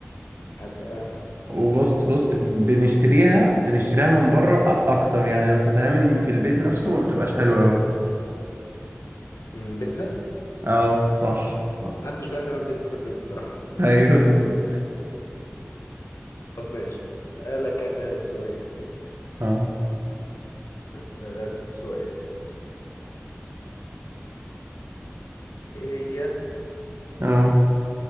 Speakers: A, on the left; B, on the right.
A: حادقة
B: وبص بص بنشتريها بنشتريها من بره أ- أكتر يعني لما بتتعمل في البيت نفسه ما بتبقاش حلوة أوي
A: مم، بيتزا
B: اه صح صح
A: محدش بيعرف يعمل بيتزا في البيت بصراحة
B: أيوه بالظبط
A: طب ماشي أسألك أنا سؤال
B: اه
A: أسألك سؤال إيه هي
B: اه